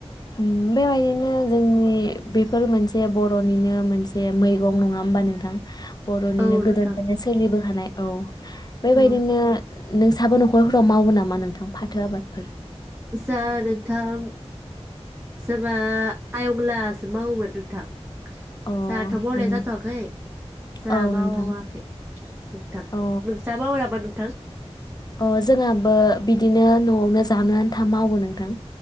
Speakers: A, on the left; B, on the right.
A: ओम बेबायदिनो जोंनि बेफोर मोनसे बर'निनो मोनसे मैगं नङा होमबा नोंथां? बर'निनो
B: औ
A: गोदोनिफ्रायनो
B: नोंथां
A: सोलिबोखानाय औ बेबायदिनो
B: औ
A: नों साबो न'खरफोराव मावो नामा नोंथां फाथो आबादफोर
B: सार नोंथां सोरा आयंलासो मावोमोन नोंथां।
A: अ
B: जाहाथ' मावनाया
A: उम
B: जाथवाखै जाहा
A: औ
B: मावाखै
A: नोंथां
B: नोंथां
A: औ
B: नोंसा मावो नामा नोंथां?
A: अ जोंहाबो बिदिनो न'आवनो जानो आन्था मावो नोंथां।